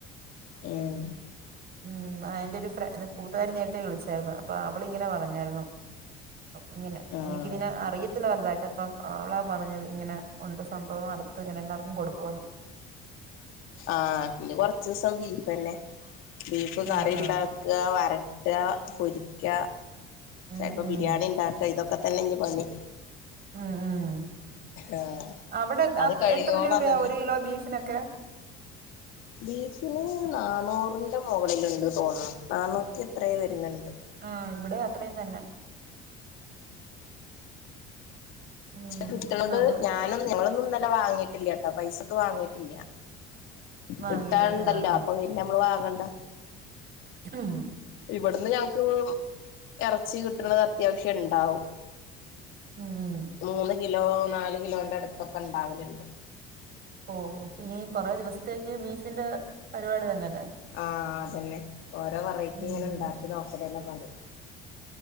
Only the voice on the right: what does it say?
ഉം എന്റെ ഒരുഫ്ര കൂട്ടുകാരി നേരത്തെ വിളിച്ചായിരുന്നു അപ്പൊ അവളിങ്ങനെ പറഞ്ഞായിരുന്നു ഇങ്ങനെ
എനിക്കിതിനെ അറിയത്തില്ല വലുതായിട്ട് അപ്പം അവളാ പറഞ്ഞത് ഇങ്ങനെ ഉണ്ട് സംഭവം അടുത്ത് ഇങ്ങനെ എല്ലാർക്കും കൊടുക്കുഎന്ന്
ആഹ്
ആഹ്
ഉം
ഉം
ഉം ഉം
അവിടെ അത്
എത്ര രൂപയാ
ഒരു കിലോ ബീഫിനൊക്കെ <inaudible>
ആഹ് ഇവിടെ അത്രയും തന്നെ ഉം
നമ്മള്
വാങ്ങീലല്ലേ
ആഹ്
ഉം
ഉം
ഓ ഇപിഞ്ഞി കൊറെ ദിവസത്തേക്ക് ബീഫിന്റെ പരിപാടി തന്നെല്ലേ
ഉം